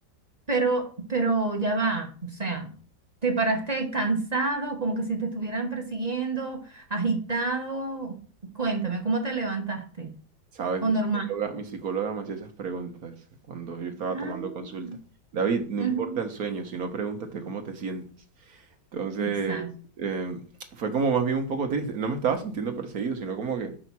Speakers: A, on the right; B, on the right.
A: Pero, pero ya va, o sea, te paraste cansado, como que si te estuvieran persiguiendo, agitado. Cuéntame, ¿cómo te levantaste?
B: Sabes,
A: ¿O
B: mi
A: normal?
B: psicóloga, mi psicóloga me hacía esas preguntas cuando yo estaba
A: Ah,
B: tomando consulta. David, no
A: ujú,
B: importa el sueño, sino pregúntate cómo te sientes. Entonces,
A: Exacto.
B: em, fue como más bien un poco triste. No me estaba sintiendo perseguido, sino como que